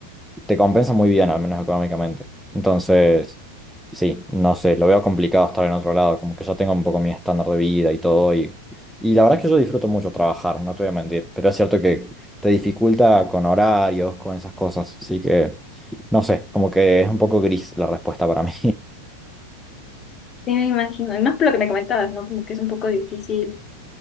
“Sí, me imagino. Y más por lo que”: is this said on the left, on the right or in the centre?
Left